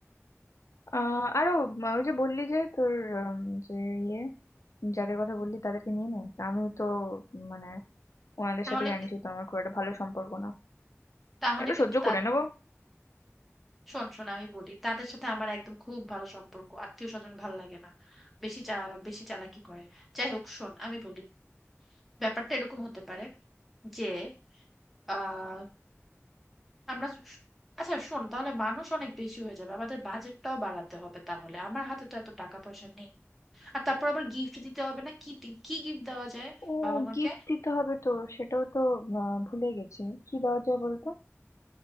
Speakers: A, on the left; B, in the centre.
A: আহ আরো উম, ওই যে বললি যে তোর উম, যে ইয়ে যাদের কথা বললি তাদেরকে নিয়ে নে তা আমি তো উম, মানে ওনাদের
B: তাহলে
A: সাথে জানিসই তো আমার খুব একটা ভালো সম্পর্ক না
B: তাহলে
A: এটা
B: কিন্তু
A: সহ্য
B: তাদের
A: করে নেবো
B: শোন শোন আমি বলি তাদের সাথে আমার একদম খুব ভালো সম্পর্ক আত্মীয় স্বজন ভালো লাগে না বেশি চা বেশি চালাকি করে যাই হোক শোন আমি বলি ব্যাপারটা এরকম হতে পারে যে আহ আমরা স- আচ্ছা শোন তাহলে মানুষ অনেক বেশি হয়ে যাবে আমাদের বাজেটটাও বাড়াতে হবে তাহলে আমার হাতে তো এত টাকা পয়সা নেই আর তারপর আবার গিফট দিতে হবে না কি দি- কি গিফট দেওয়া যায়
A: ও
B: বাবা মাকে
A: গিফট দিতে হবে তো সেটাও তো আহ, ভুলে গেছি কি দেওয়া যায় বলতো